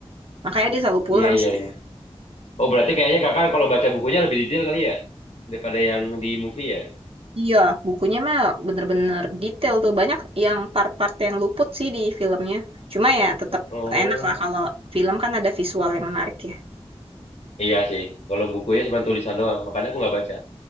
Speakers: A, on the right; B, on the left.
A: Makanya dia selalu pulang
B: iya iya
A: sih.
B: iya oh berarti kayaknya kakak kalau baca bukunya lebih detail kali ya daripada yang di movie ya
A: Iya, bukunya mah bener-bener detail tuh. Banyak yang part-part yang luput sih di filmnya. Cuma ya tetap
B: oh
A: enak lah kalau film kan ada visual yang menarik ya.
B: iya sih kalau bukunya cuma tulisan doang makanya aku nggak baca